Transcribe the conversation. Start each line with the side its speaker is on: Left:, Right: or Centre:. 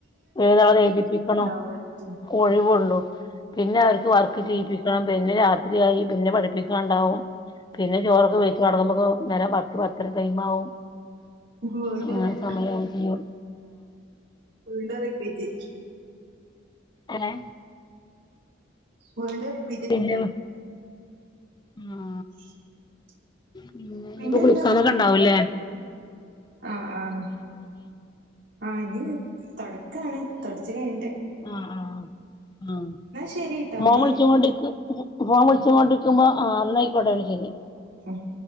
Left: എഴ്താള്ളെ എഴ്തിപ്പിക്കണം
Right: പൊൾച്ചും
Left: ഒഴിവൊള്ളൂ പിന്നെ അവര്ക്ക് വർക്ക് ചെയ്യിപ്പി ക്കാ പിന്നിം രാത്രിയായി പിന്നെ പഠിപ്പിക്കാണ്ടാവും പിന്നിം ചോറൊക്കെ വെയിച്ച് കടക്കുമ്പോക്കും നേരം പത്ത് പത്തര ടൈമാവും
Right: വീണ്ടും
Left: അങ്ങനെ
Right: ഇതന്നെ
Left: സമയാവും ചെയും
Right: വീണ്ടും റിപ്പീറ്റ്
Left: ഏഹെ
Right: വീണ്ടും റിപ്പീ
Left: ട്ടില്ലു ആഹാ
Right: <inaudible>
Left: ഉം
Right: പിന്നെന്താ
Left: ഇഞ്പ്പൊ കുളിക്കാനൊക്കെണ്ടാവുലേ?
Right: ആഹ് ആ ആ ഇനി തൊടക്കാണ് തൊട്ച്ച് കഴിഞ്ട്ട്.
Left: ആഹ് ആഹാ ആഹ
Right: ശരിട്ടോ എന്നാ
Left: മോം വിൾച്ചുകോണ്ടിരിക്ക് ഫോം വിൾച്ചുകോണ്ട്ക്കുമ്പോ ആ ഇന്നായിക്കേട്ടെ ഇന്നാശെരി.
Right: ഉം